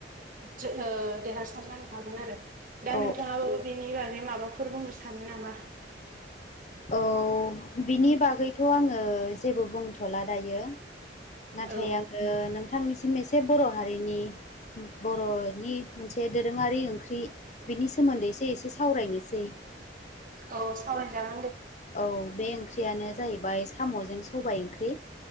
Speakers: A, on the right; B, on the left.
A: जो ओ देरहासार जानो हागोन आरो दा
B: औ
A: नोंथाङाबो बेनि बागै माबाफोर बुंनो सानो नामा?
B: औ बिनि बागैथ' आङो जेबो बुंथ'ला दायो। नाथाय
A: औ
B: आङो नोंथांनिसिम एसे बर' हारिनि बर'नि मोनसे दोरोङारि ओंख्रि बिनि सोमोन्दैसो एसे सावरायनोसै।
A: औ सावराय जागोन।
B: औ बे ओंख्रियानो जाहैबाय साम'जों सबाय ओंख्रि।